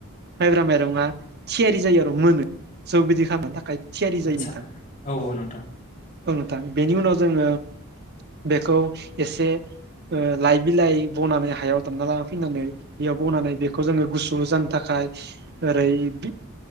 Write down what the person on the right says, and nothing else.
माइब्रा माइरंआ थियारि जायो आरो मोनो जौ बिदि खालामनो थाखाय थियारि जायो
नोंथां
औ औ नोंथां बेनि उनाव जोङो बेखौ एसे ओ लाइ बिलाइ बनानै हायाव दामना ला फैनानै बेयाव बनानै बेखौ जोङो गुसु जानो थाखाय ओरै बि